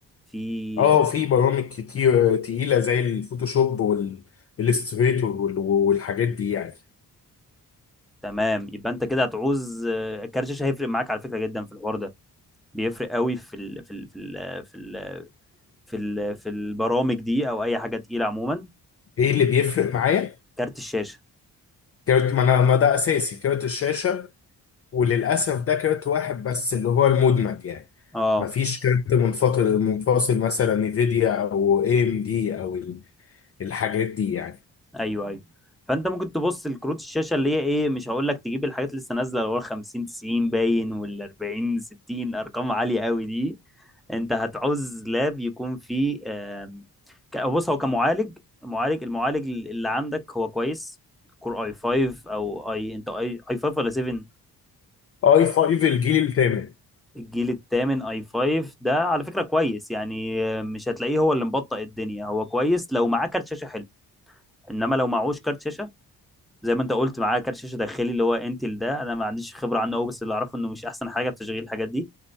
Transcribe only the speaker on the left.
اه
في برامج كتير تقيله زي الفوتوشوب والالستريتور والحاجات دي يعني
ايه اللي بيفرق معايا
كارت ما انا ما ده اساسي كارت الشاشه وللاسف ده كارت واحد بس اللي هو المدمج يعني
ما فيش كارت منفصل منفصل مثلا نفيديا او اي ام دي او ال- الحاجات دي يعني
اي 5 الجيل الثامن